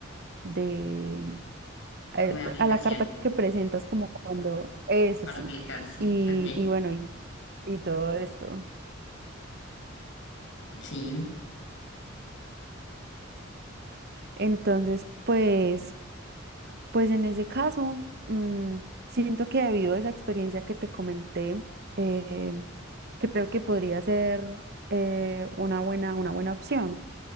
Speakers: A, on the right; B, on the left.
A: de eh,
B: Como de aplicación,
A: a la carta que presentas como cuando, eso
B: para
A: sí,
B: aplicar, sí,
A: y,
B: ok,
A: y bueno, y, y todo esto.
B: sí.
A: Entonces, pues, pues en ese caso, mm, siento que debido a esa experiencia que te comenté, eh, creo que podría ser eh, una buena, una buena opción